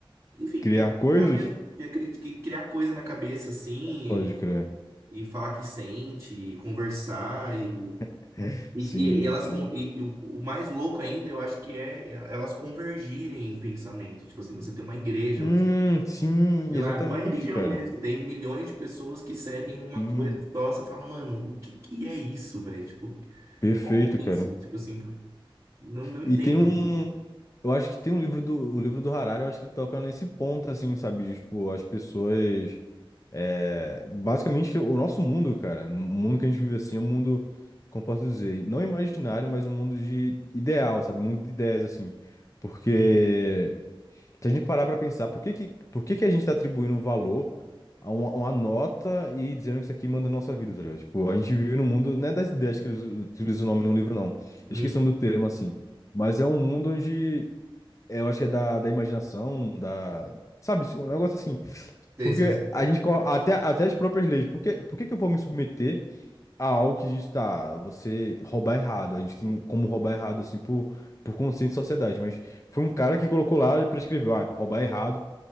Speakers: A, on the right (about 30°); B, on the left (about 35°).
A: Enfim,
B: Criar
A: de acreditar
B: coisas?
A: mesmo, de acredi- que- criar coisa na cabeça assim,
B: Pode crer.
A: e, e falar que sente, e conversar, e,
B: <laughs>
A: e,
B: Sim,
A: e elas
B: sim.
A: con- e, e o, o mais louco ainda, eu acho que é é elas convergirem em pensamento. Tipo assim, você tem uma igreja,
B: Hum,
A: onde,
B: sim,
A: sei lá,
B: exatamente,
A: uma religião
B: cara.
A: mesmo, tem milhões de pessoas que seguem uma
B: Sim,
A: coisa só, você fala, mano, o que que é isso, velho? Tipo,
B: perfeito,
A: como isso?
B: cara.
A: Tipo assim, não, não entendo.
B: E tem um. Eu acho que tem um livro do. O livro do Harari, eu acho que ele toca nesse ponto, assim, sabe? De, Tipo, as pessoas. É, basicamente, o nosso mundo, cara. O mundo que a gente vive assim é um mundo, como posso dizer, não imaginário, mas um mundo de ideal, sabe? um Mundo de ideias, assim. Porque.
A: Uhum,
B: Se a gente parar pra pensar, por que que, por que que a gente tá atribuindo um valor a uma, a uma nota e dizendo que isso aqui manda a nossa vida, tá ligado? Tipo, a gente vive num mundo, não é das ideias que eles utilizam o nome de um livro, não.
A: uhum.
B: Esqueci o nome do termo, assim. Mas é um mundo onde, é, eu acho que é da, da imaginação, da... Sabe, tipo, um negócio assim.
A: Sei,
B: Porque
A: sei, sei.
B: a gente, co- até, até as próprias leis, por que, por que que eu vou me submeter a algo que diz, tá, você roubar errado? A gente tem como roubar errado, assim, por, por consciência de sociedade, mas... Foi um cara que colocou lá e prescreveu, ah, roubar é errado